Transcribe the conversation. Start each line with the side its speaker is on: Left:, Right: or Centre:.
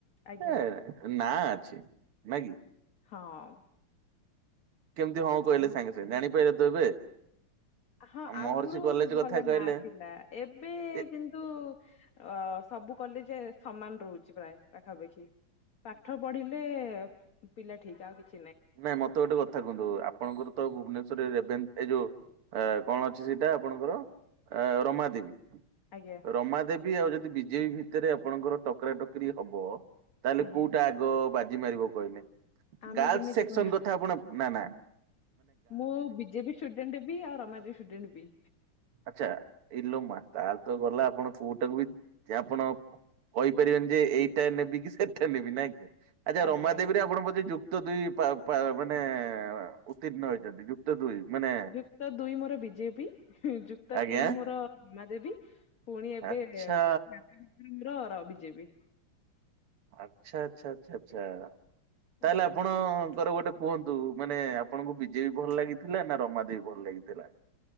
Left: ଆଜ୍ଞା
Right: ଏ ନାଁ ଅଛି ନାଇଁକି।
Left: ହଁ
Right: କେମତି ହଁ କହିଲେ ସାଙ୍ଗେ ସାଙ୍ଗେ ଜାଣିପାଇଲେ ତ ଏବେ।
Left: ହଁ
Right: ଆଉ
Left: ଆଗରୁ
Right: ମହର୍ଷି କଲେଜ କଥା
Left: ଭଲ
Right: କହିଲେ
Left: ନାଁ ଥିଲା ଏବେ
Right: ଏ
Left: କିନ୍ତୁ ଅ ସବୁ କଲେଜ ସମାନ ରହୁଛି ପ୍ରାୟ ପାଖାପାଖି। ପାଠ ପଢିଲେ ପିଲା ଠିକ ଆଉ କିଛିନାହିଁ
Right: ନାଇଁ ମତେ ଗୋଟେ କଥା କୁହନ୍ତୁ ଆପଣଙ୍କର ତ ଭୁବନେଶ୍ଵରରେ ରେଭେନ ଏଇ ଯୋଉଁ ଆ କଣ ଅଛି ସେଇଟା ଆପଣଙ୍କର ଆ ରମାଦେବୀ
Left: ଆଜ୍ଞା
Right: ରମାଦେବୀ, ଆଉ ଯଦି ବିଜେପି ଭିତରେ ଆପଣଙ୍କର ଟକରାଟକରି ହବ ତାହେଲେ
Left: ଆଜ୍ଞା।
Right: କୋଉଟା ଆଗ ବାଜି ମାରିବ କହିଲେ
Left: ଆମେ
Right: ଗାର୍ଲସ
Left: କେମିତି
Right: ସେକ୍ସନ
Left: କହିବୁ
Right: କଥା ଆପଣ ନାଁ ନାଁ
Left: ମୁଁ ବିଜେପି ଷ୍ଟୁଡେଣ୍ଟ ବି ଆଉ ରମାଦେବୀ ଷ୍ଟୁଡେଣ୍ଟ ବି
Right: ଆଚ୍ଛା ଇଲୋମା ତାର ତ ଗଲା ଆପଣ ପୁଅଟାକୁ ବି ଆପଣ କହିପାରିବେନି ଯେ ଏଇଟା ନେବି କି ସେଟା ନେବି ନାଇକି ଆଚ୍ଛା
Left: ଆଜ୍ଞା।
Right: ରମାଦେବୀରେ ଆପଣ ବୋଧେ ଯୁ କ୍ତ ଦୁଇ ପା ପା ମାନେ ଉତ୍ତୀର୍ଣ୍ଣ ହୋଇଛନ୍ତି ଯୁକ୍ତ ଦୁଇ ମାନେ
Left: ଯୁକ୍ତ ଦୁଇ ମୋର ବିଜେପି ଯୁକ୍ତ
Right: ଆଜ୍ଞା
Left: ତିନି ମୋର ରମାଦେବୀ ପୁଣି ଏବେ
Right: ଆଚ୍ଛା।
Left: ର ର ବିଜେପି
Right: ଆଚ୍ଛା ଆଚ୍ଛା ଆଚ୍ଛା ଆଚ୍ଛା ତାହେଲେ
Left: ଆଜ୍ଞା
Right: ଆପଣଙ୍କର ଗୋଟେ କୁହନ୍ତୁ ମାନେ ଆପଣଙ୍କୁ ବିଜେବି ଭଲ ଲାଗିଥିଲା ନାଁ ରମାଦେଵୀ ଭଲ ଲାଗିଥିଲା।